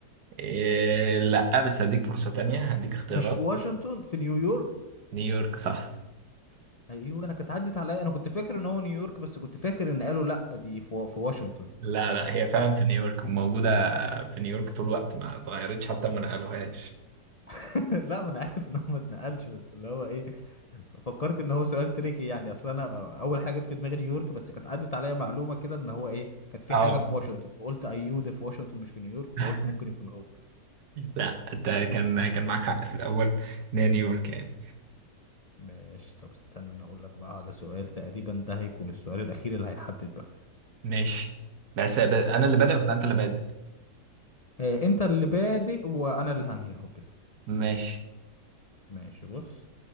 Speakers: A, on the right; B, on the left.
A: إيه لأ بس هديك فرصة تانية هديك اختيارات
B: مش في واشنطن في نيويورك
A: نيويورك صح
B: أيوه أنا كانت عدت عليا أنا كنت فاكر إن هو نيويورك بس كنت فاكر إن قالوا لأ دي في, في واشنطن
A: لا لا هي فعلا في نيويورك وموجودة في نيويورك طول الوقت ما اتغيرتش حتى ما نقلوهاش
B: <laughs> لا ما أنا عارف إن هو ما اتنقلش بس اللي هو إيه فكرت ان هو سؤال تريكي يعني اصل انا اول حاجه جت في دماغي نيويورك بس كانت عدت عليا معلومه كده ان هو ايه كانت في
A: اه
B: حاجه في واشنطن فقلت ايوه ده في واشنطن مش في نيويورك فقلت
A: <laughs>
B: ممكن يكون هو
A: لا انت كان كان معاك حق في الأول إن هي نيويورك يعني
B: ماشي طب استنى انا اقول لك بقى على سؤال تقريبا ده هيكون السؤال الاخير اللي هيحدد بقى
A: ماشي بس ب- أنا
B: بص
A: اللي بادئ ولا أنت اللي بادئ؟
B: آه انت اللي بادئ وانا اللي هنهي اهو كده
A: ماشي
B: ماشي بص